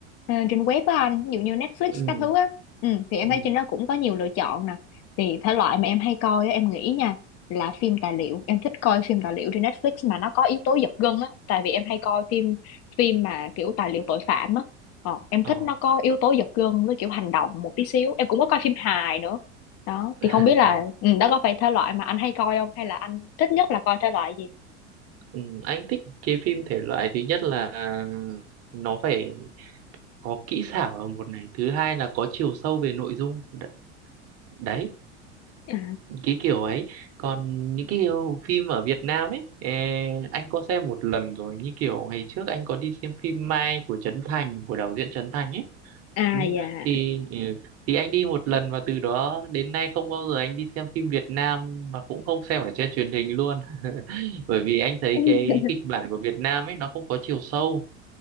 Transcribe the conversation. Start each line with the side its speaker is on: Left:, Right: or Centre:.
Left: Ờ, trên web á anh ví dụ như Netflix
Right: ừ,
Left: các thứ á ừ, thì em
Right: ừ,
Left: thấy trên đó cũng có nhiều lựa chọn nè thì thể loại mà em hay coi á, em nghĩ nha là phim tài liệu em thích coi phim tài liệu trên Netflix mà nó có yếu tố giật gân á tại vì em hay coi phim phim mà kiểu tài liệu tội phạm á ờ, em thích
Right: ồ,
Left: nó có yếu tố giật gân với kiểu hành động một tí xíu em cũng có coi phim hài nữa đó
Right: <laughs>
Left: thì không biết là ừ, đó có phải thể loại mà anh hay coi không hay là anh thích nhất là coi thể loại gì
Right: ừ, anh thích cái phim thể loại thứ nhất là nó phải có kỹ xảo là một này thứ hai là có chiều sâu về nội dung Đ- đấy
Left: à,
Right: cái kiểu ấy còn những cái kiểu phim ở Việt Nam ấy ê, anh có xem một lần rồi như kiểu ngày trước anh có đi xem phim Mai của Trấn Thành của đạo diễn Trấn Thành ấy
Left: à
Right: Ừ,
Left: dạ
Right: thì ừ, thì anh đi một lần và từ đó đến nay không bao giờ anh đi xem phim Việt Nam mà cũng không xem ở trên truyền hình luôn <laughs> bởi vì anh thấy
Left: <laughs>
Right: cái kịch bản của Việt Nam ấy nó không có chiều sâu